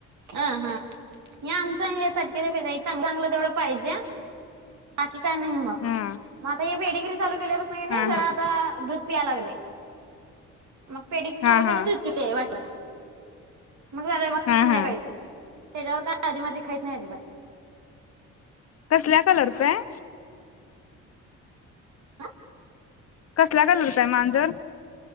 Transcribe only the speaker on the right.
हा हा या आमच हे चटकेरीज चांगलं जवढं पाहिजे बाकी काय नाही मग
मग आता हे पेडी ग्री चालू केल्यापासून
ज आता दूध पि लागलंय मग पेढ
खाली
क नाही द वाटर मग झालंय मग
संध्याकाळी
त्याच्यावर काय आधी मधी खाईत नाही अजिबात
ह